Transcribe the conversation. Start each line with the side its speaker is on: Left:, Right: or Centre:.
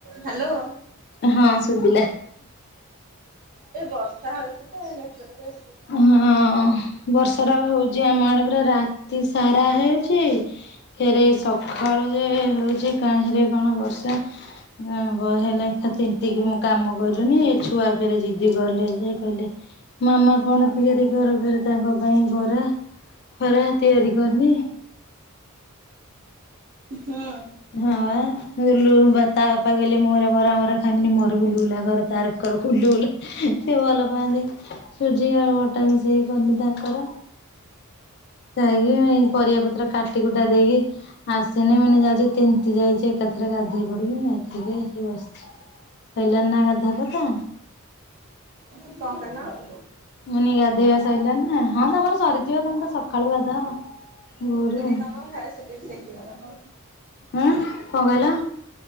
Right: Hello.
Left: ହଁ ଶୁଭିଲା।
Right: ଏ ବର୍ଷା ହଉଛି ତର
Left: ହଁ ବର୍ଷାଟା ହଉଛି ଆମ ଆଡେ ପୁରା ରାତି ସାରା ହେ ଫେରେ ସକାଳୁ ଯେ ହଉଛି କାହିଁରେ କଣ ବର୍ଷା ହ ବ ହେଲାାମିତିକି ମୁଁ କାମ କଲିୁନି ଏ ଛୁଆ ଫେରେ ଜିଦି ଗଲେ ସେ କହିଲେ ମାମା କଣ ତିଆରି କର ଫରେ ତାଙ୍କ ପାଇଁ ବରା ଖରା ତିଆରି କରିନି
Right: ହୁଁ।
Left: ହଁୁ ତା ବାପା କହିଲେ ମୁଁରା ବରା ମରା ଖାଇମିନି ମୋର ବୁ ଲୁଗଲା ଘର ତାରର ବୁ ଲୁଗଲା ସେ ଭଲ ପାଆନ୍ତି, ସୁଜି ଆଉ ଅଟା ମିଶେଇକି କନି ତାଙ୍କର। ଯାଇକି ପରିବା ପତ୍ର କାଟି କୁଟା ଦେଇକି ଆସିନି ମୁଁ କଇନି ଯାଉଚି ତିନ୍ତି ଯାଇଛି ଏକାଥରେ ଗାଧେଇ ପଡିବି ଗାଧେଇକି ଆସି ବସିଛି। ଶଇଲାଣି ନା ଗାଧୁଆ ପାଧୁଆ।
Right: କଣ କହିଲ?
Left: ମୁ କନି ଗାଧୋଇବା ଶଇ ଲାଣି ନା, ହଁ ତମର ସରିଥିବ ତମେ ତ ସକାଳୁ ଗାଧାଅ।
Right: ସୁଦୁନେ
Left: ଭୋରୁ ଆଉ
Right: କାମ ହେ ସେଠି ସେଠିକିଗଲା।
Left: ହୁଁ କଣ କହିଲ?